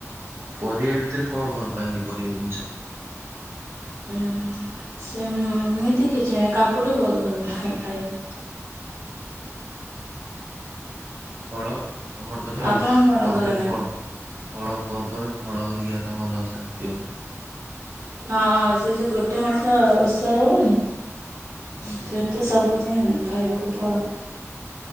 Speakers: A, on the right (about 45°); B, on the right (about 85°).
A: ଆଉ ପରିବା ଭିତରେ କଣ ଭଲ ପାଆନ୍ତି ପରିବା ଜିନିଷ?
B: ଉଁ ସେ ଏମିତି କିଛି କାକୁଡି ବହୁତ ଭଲ ପାଏ ଖାଇବାକୁ।
A: କଣ ତମର ତ ଯୋଉ
B: ଆପଣଙ୍କୁ କଣ
A: ପର୍ବେ
B: ଭଲ ଲାଗେ?
A: ଫ କଣ ପର୍ବରେ ଫଳ ହେରିକା ତମର ଖାଦ୍ୟ।
B: ହଁ ସେ ଯୋଉ ଗୋଟେ ମାସ ଓଷା ରହୁନି
A: ହଁ
B: ସେ ସେ ସବୁଦିନ ଖାଇବାକୁ ଫଳ।